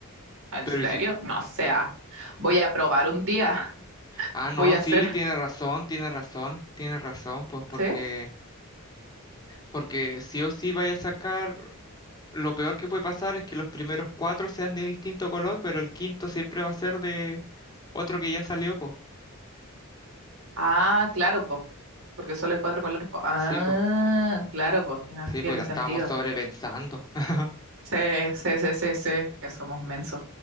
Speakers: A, on the right (about 65°); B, on the left (about 20°).
A: ¿En
B: Pero
A: serio?
B: ¿y si
A: No sea. Voy a probar un día. <laughs>
B: Ah, no,
A: Voy a
B: sí,
A: hacer.
B: tiene razón, tiene razón, tiene razón, pues porque,
A: ¿Sí?
B: porque sí o sí vaya a sacar, lo peor que puede pasar es que los primeros cuatro sean de distinto color, pero el quinto siempre va a ser de otro que ya salió, pues.
A: Ah, claro, po. Porque solo hay cuatro colores, po. Ah,
B: Sí, pues,
A: claro, po. Tiene,
B: sí,
A: tiene
B: pues la
A: sentido.
B: estábamos sobrepensando. <laughs>
A: Sí, sí, sí, sí, sí, que somos mensos.